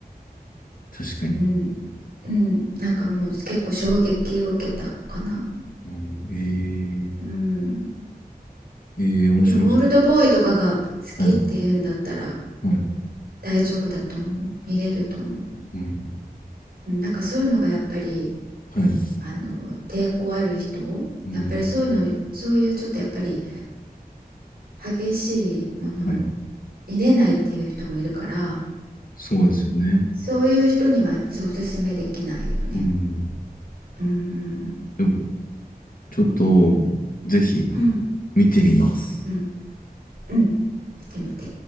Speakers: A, on the left; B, on the right.
A: 確かに。
B: うん。うん。なんかもう結構衝撃を受けたかな。
A: うん、ええ
B: うん。
A: ええ面白そう。
B: でもオールドボーイとかが好きっていうんだったら
A: はい。はい。
B: 大丈夫だと思う。見れると思う。
A: うん。
B: うんなんかそういうのがやっぱり
A: はい。
B: あの抵抗ある人
A: うん、
B: やっぱりそういうのそういうちょっとやっぱり激しいものを
A: はい。
B: 見れないっていう人もいるから
A: そうですよね。
B: そういう人にはおすすめできないよね。
A: うん。
B: うんうん
A: でも、ちょっと、ぜひ
B: うん
A: 見てみます。
B: うんうん見てみて。